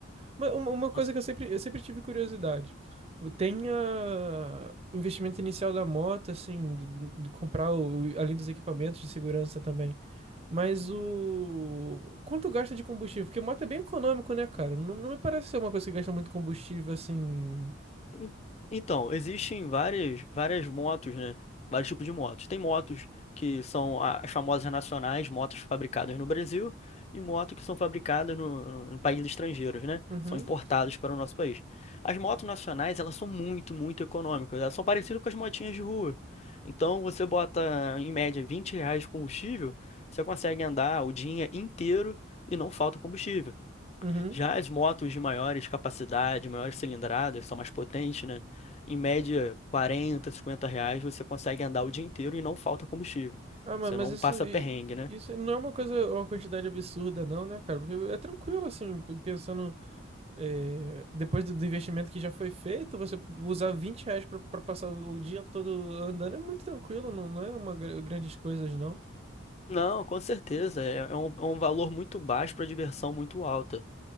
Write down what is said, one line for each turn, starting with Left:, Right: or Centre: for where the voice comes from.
Right: Mas uma, uma
Left: Mas-
Right: coisa que eu sempre, eu sempre tive curiosidade. Tem a- o investimento inicial da moto, assim, do- de comprar o, além dos equipamentos de segurança também. Mas o. Quanto gasta de combustível? Porque moto é bem econômico, né, cara? Não, não me parece ser uma coisa que gasta muito combustível, assim.
Left: en- Então, existem várias, várias motos, né? Vários tipos de motos. Tem motos que são a- as famosas nacionais, motos fabricadas no Brasil, e motos que são fabricadas no, no, em países estrangeiros, né?
Right: Uhum.
Left: São importadas para o nosso país. As motos nacionais, elas são muito, muito econômicas. Elas são parecidas com as motinhas de rua. Então, você bota, em média, 20 reais de combustível, você consegue andar o dia inteiro e não falta combustível.
Right: Uhum.
Left: Já as motos de maiores capacidade, maiores cilindradas, são mais potentes, né? Em média, 40, 50 reais você consegue andar o dia inteiro e não falta combustível.
Right: Ah, mano,
Left: Você
Right: mas
Left: não
Right: isso,
Left: passa
Right: i-
Left: perrengue, né?
Right: isso não é uma coisa, uma quantidade absurda, não, né, cara? Porque é tranquilo, assim, p- pensando, eh, depois do, do investimento que já foi feito, você usar 20 reais pra, pra passar o dia todo andando é muito tranquilo, não, não é uma gra- grandes coisas, não.
Left: Não, com certeza. É é um, é um valor muito baixo para diversão muito alta.